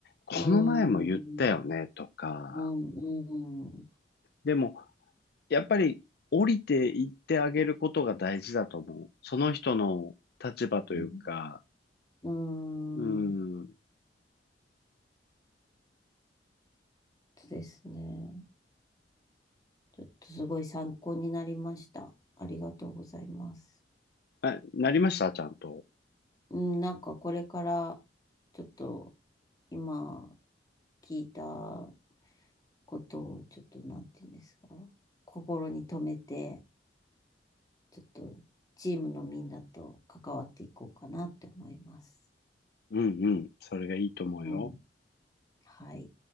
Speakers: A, on the left; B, on the left.
A: この前も言ったよね、
B: うん。
A: とか。
B: うん。うん
A: でも、やっぱり降りていってあげることが大事だと思う。その人の立場というか、
B: ね。うん。
A: うん。
B: そうですね。ちょっとすごい参考になりました。ありがとうございます。
A: あ、なりましたちゃんと。
B: うん、なんかこれからちょっと今聞いたことをちょっとなんていうんですか。心に留めてちょっとチームのみんなと関わっていこうかなって思います。
A: うんうん。それがいいと思うよ。
B: うん。はい。